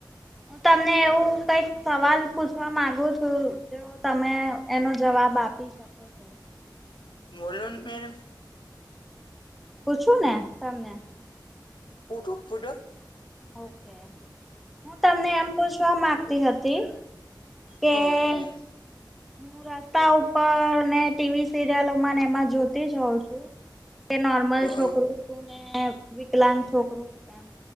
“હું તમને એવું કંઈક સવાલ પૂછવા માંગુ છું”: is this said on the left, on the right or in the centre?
Centre